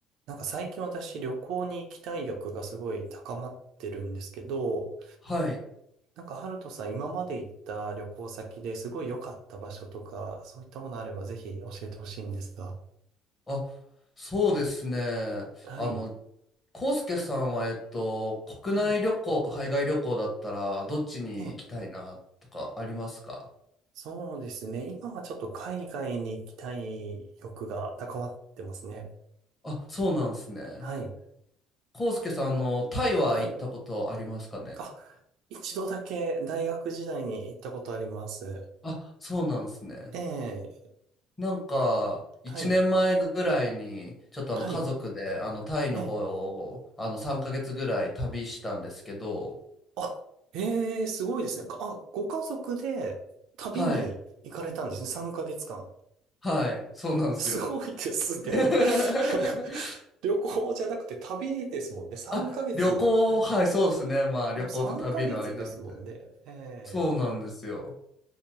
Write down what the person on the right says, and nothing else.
なんか最近私旅行に行きたい欲がすごい高まってるんですけど、
なんかハルトさん今まで行った旅行先ですごい良かった場所とか、そういったものあればぜひ教えてほしいんですが。
はい。
はい。
ええ、そうですね。今はちょっと海外に行きたい欲が高まってますね。
はい。
はい。あ、一度だけ大学時代に行ったことあります。
ええ、
はい。
はい。
ええ
あ、ええ、すごいですね。あ、ご家族で旅に行かれたんですね。
3ヶ月間。
すごいですね。
<laughs> 旅行じゃなくて旅ですもんね。3ヶ月。
ええ。
でも3ヶ月ですもんね。ええ。